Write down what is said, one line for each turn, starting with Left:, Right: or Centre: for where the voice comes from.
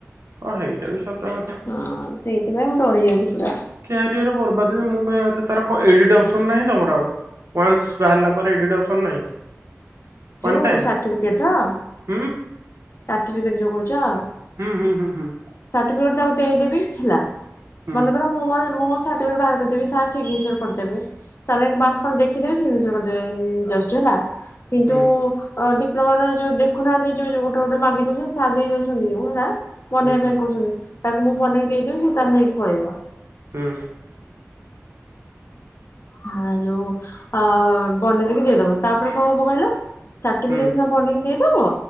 Right: ହଁ ହେଇଟା ବି ସତ କଥା।
Left: ହଁ ସେଇଥିପାଇଁ ମୁଁ ଡରି ଯାଉଛି ପୁରା।
Right: କ୍ୟାରିୟର ବର୍ବାଦ ହୁଏ ମୁଁ କହିବା କଥା ତାର କ ଏଡିଟ୍ ଅପସନ ନାହିଁ ତମର ଆଉ ୱାନ୍ସ ବାହାରିଲା ପରେ ଏଡିଟ୍ ଅପସନ୍ ନାହିଁ। ୱାନ୍
Left: ଯୋଉ
Right: ଟାଇମ୍
Left: ସାର୍ଟିଫିକେଟର?
Right: ହୁଁ
Left: ସାର୍ଟିଫିକେଟ୍ ଯୋଉ କହୁଛ?
Right: ହୁଁ ହୁଁ ହୁଁ ହୁଁ।
Left: ସାର୍ଟିଫିକେଟ ତାକୁ ଦେଇଦେବି ହେଲା
Right: ହୁଁ
Left: ମନେକର ମୁଁ ଆ ମୋ ସାର୍ଟିଫିକେଟ ବାହାର କରିଦବି ସାର୍ ସିଗ୍ନେଚର କରିଦେବ <unintelligible> କଣ ଦେଖିଦେବେ ସିଗ୍ନେଚାର କରିଦେବେ ଜଷ୍ଟ ହେଲା। ତୁ
Right: ହୁଁ
Left: ଡିପ୍ଲୋମାର ଯୋଉ ଦେଖୁନାହାନ୍ତି ଯୋଉ ଯୋଉ ଗୋଟେ ଗୋଟେ ମାଗି ଦଉଛନ୍ତି ସାର ଦେଇ ଦଉଛନ୍ତି ଯୋଉ ହେଲା। ବନେଇବା
Right: ହୁଁ
Left: ପାଇଁ କହୁଛନ୍ତି ତାକୁ ମୁଁ ବନେଇକି ଦେଇଦେବି ସେ ତାର ନେଇକି ପଳେଇବ।
Right: ହୁଁ।
Left: ହଁ ଯୋଉ ଅ ବନେଦେଇକି ଦେଇଦବ ତାପରେ କଣ ହବ କହିଲ? ସାର୍ଟିଫିକେଟ
Right: ହୁଁ ହୁଁ ହୁଁ
Left: ସିନା ବନେଇକି ଦେ ବ